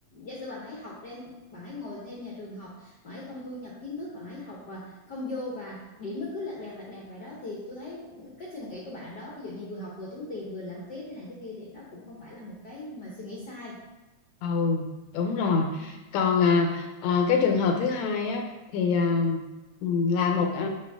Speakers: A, on the left; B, on the left.
A: giả sử bạn ấy học đem bạn ấy ngồi thêm nhà trường học bạn ấy không thu nhập kiến thức bạn ấy học và không vô và điểm nó cứ lạc đàn lạc đàn vậy đó thì tôi thấy cái suy nghĩ của bạn đó ví dụ như vừa học vừa tốn tiền vừa lãng phí thế này thế kia thì đó cũng không phải là một cái mà suy nghĩ sai
B: ừ đúng rồi còn à, à, cái trường hợp thứ hai á thì à, ừ, là một à,